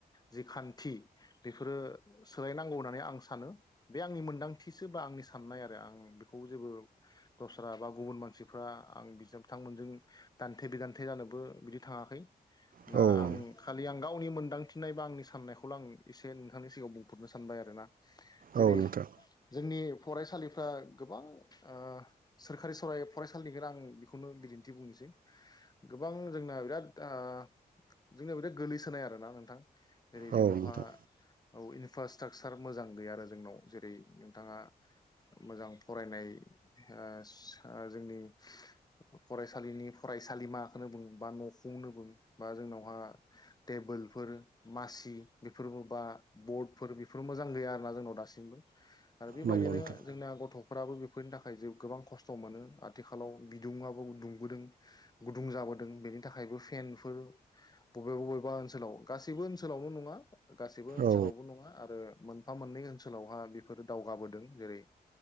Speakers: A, on the left; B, on the right.
A: जि खान्थि बेफोरो सोलायनांगौ होननानै आं सानो बे आंनि मोन्दांथिसो बा आंनि साननाय आरो आं बेखौ जेबो दस्रा बा गुबुन मानसिफ्रा आं बि बिथांमोनजों दान्थे बिदान्थे जानोबो बिदि थाङाखै
B: औ
A: ना
B: औ
A: आं खालि आं गावनि मोनदांथिननाय बा आंनि साननायखौल आं एसे नोंथांनि सिगाङां बुंफरनो सानबाय आरो ना जेरै
B: औ नोंथां
A: जोंनि फरायसालिफ्रा गोबां ओ सोरखारि ओ फरायसालिनिखौ आं बेखौनो बिदिन्थि बुंनोसै गोबां जोंना बिराद जोंनाया बिराद गोलैसोनाय आरो ना नोंथां जेरै
B: औ
A: जोंनावहा
B: नोंथां
A: औ इनफ्रास्ट्राकचार मोजां गैया आरो जोंनाव जेरै नोंथाङा मोजां फरायनाय ओ जोंनि फरायसालिनि फरायसालिमाखौनो बुं बा न'खौनो बुं बा जोंनावहा टेबोल फोर मासि फोर बा बद बेफोर मोजां गैया आरोना जोंनाव दासिमबो आरो बेबायदिनो
B: नंगौ नोंथां
A: जोंना गथ' फोराबो बेफोरनि थाखाय ज गोबां खस्थ' मोनो आथिखालाव बिदुडाबो दुंबोदों गुदुं जाबोदों बेनि थाखायबो फेनफोर बबेबा बबेबा ओनसोलाव गासिबो ओनोल ओनसोलावनो नङा गाससिबो ओनसोलावबो
B: औ
A: नङा आरो मोनफा मोननै ओनसोलावहा बेफोरो दावगाबोदों जेरै